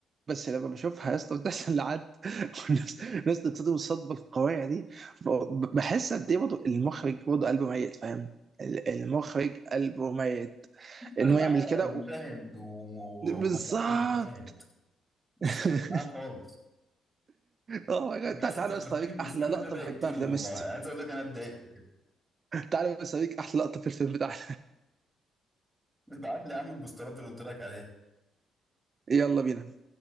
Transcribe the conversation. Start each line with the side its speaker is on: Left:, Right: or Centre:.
Right: بس لما بشوفها يا اسطى بتحصل لحد <laughs> والناس الناس تتصدم الصدمه القويه دي ب- بحس قد ايه برضه المخرج برضه قلبه ميت فاهم ال- المخرج قلبه ميت
Centre: مش فارق
Right: ان هو
Centre: معاه
Right: يعمل كده
Centre: مشاهد
Right: و...
Centre: وم- ومشاعر
Right: بالظبط
Centre: المشاهد مش
Right: <laughs>
Centre: فارق معاه خالص
Right: اه يا جدع،
Centre: انت
Right: تع-
Centre: اصلا
Right: تعالى
Centre: فكرتني
Right: يا اسطى اوريك
Centre: بالفيلم
Right: احلى لقطه
Centre: ده ضايقتني
Right: بحبها في ذا
Centre: والله
Right: ميست
Centre: عايز اقول لك انا اتضايقت
Right: تعالى بس اوريك احلى لقطه في الفيلم بتاعنا
Centre: ابعت لي يا عم البوسترات اللي قلت لك عليها
Right: <laughs> يلا بينا